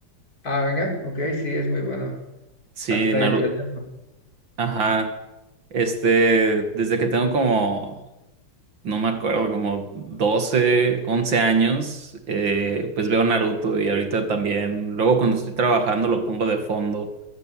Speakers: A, on the left (about 45°); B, on the right (about 65°).
A: Ah, venga, ok, sí, es muy bueno.
B: Sí,
A: Hasta
B: Naruto,
A: el relleno.
B: ajá. Este, desde que tengo como no me acuerdo, como 12 11 años, eh, pues veo Naruto y ahorita también, luego cuando estoy trabajando lo pongo de fondo,